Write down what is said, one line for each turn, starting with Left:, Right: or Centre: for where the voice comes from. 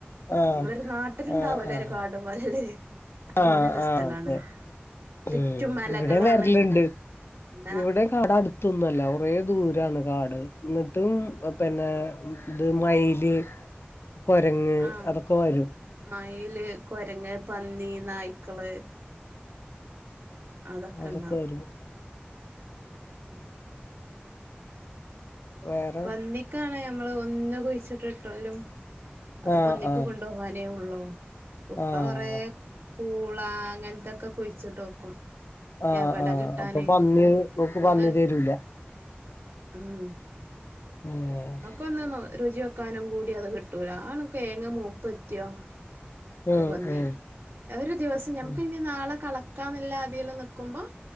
Left: ആഹ്
Right: നമ്മളൊരു നാട്ടിലുണ്ടാവല്ലോ
Left: ആഹ് ആഹ്
Right: ഒരു കാട് പോലല്ലേ അങ്ങനെ
Left: ആഹ്
Right: ഒരു
Left: ആഹ്
Right: സ്ഥലാണ്
Left: അതെ
Right: ചുറ്റും
Left: ഉം
Right: മലകളാണ്
Left: ഇവടേം വരല്ണ്ട്
Right: എന്നാ
Left: ഇവടേം കാടടുത്തൊന്നു അല്ല ഒ കുറേ ദൂരാണ് കാട് ഇന്നട്ടും അ പിന്നേ ഇത് മയില് കൊരങ്ങ്
Right: ആഹ്
Left: അതൊക്ക വരും
Right: മയില്, കൊരങ്ങ്, പന്നി, നായ്ക്കള് അതൊക്കെണ്ടാവും
Left: അതൊക്കെ വരും
Right: ഉം
Left: വേറെ
Right: പന്നിക്കാണ് ഞമ്മള് ഒന്ന് കുഴിച്ചിട്ടി ട്ടാല്ലും അത്
Left: ആഹ്
Right: പന്നിക്ക്
Left: ആഹ്
Right: കൊണ്ടുപോവാനേ ഉള്ളൂ ഉപ്പ
Left: ആഹ്
Right: കൊറെ പൂള അങ്ങനത്തൊക്കെ കുഴിച്ചിട്ട് നോക്കും
Left: ആഹ്
Right: എവിടെ
Left: ആഹ്
Right: കിട്ടാന്
Left: അപ്പൊ പന്നി
Right: ഞമ്മക്കൊന്ന്
Left: ഓക്ക് പന്നി തരൂല
Right: മ്മ്
Left: ഏഹ്
Right: നക്കൊന്ന് രുചി വെക്കാനും കൂടി അത് കിട്ടൂല ആനൊക്കെ കേങ് മൂപ്പ് എത്തിയോ
Left: ഉം
Right: അത് പന്നി
Left: ഉം
Right: ഒരു ദിവസം നമുക്ക്
Left: ഉം
Right: ഞ്ഞി നാളെ കള ക്കാന്നല്ലാതില് നിക്കുമ്പോ